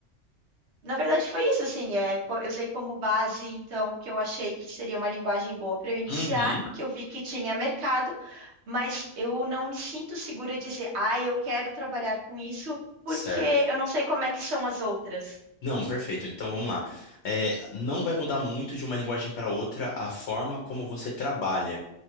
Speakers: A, on the right (about 65°); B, on the left (about 70°).
A: Na verdade, foi isso, assim, é, co- eu usei como base, então, o que eu achei que seria uma linguagem boa para eu iniciar,
B: Uhum.
A: que eu vi que tinha mercado, mas eu não me sinto segura de dizer, ah, eu quero trabalhar com isso, porque
B: Certo.
A: eu não sei como é que são as outras.
B: Não, perfeito. Então vamos lá. É, não vai mudar muito de uma linguagem para outra a forma como você trabalha.